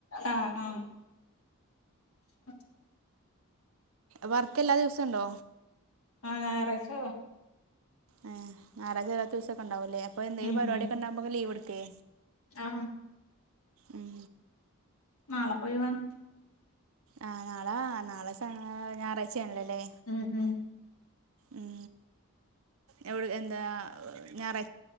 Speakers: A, on the left; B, on the right.
A: ആഹ് ആഹ് <inaudible>
B: വർക്ക് എല്ലാ ദിവസണ്ടോ
A: ആ ഞാറാഴ്ച ഒയിവാ
B: ഏ ഞാറാഴ്ച അല്ലാത്ത ദേവസൊക്കെ ഒണ്ടോ ഇണ്ടാവുലെ അപ്പൊ എന്തേലും
A: ഉം
B: പരിപടിയൊക്കെ
A: ഉം
B: ഉണ്ടാവുമ്പോക്കെ ലീവ് എട്ക്കേ
A: ആഹ്
B: ഉം
A: നാളെ പോയിവാണം
B: ആ നാളെ നാളെ സ ഞായറാഴ്ച്ച ആണോല്ലേ ഇല്ലേ
A: ഉം ഉം
B: ഉം എവിടെ എന്താ ഞായറാ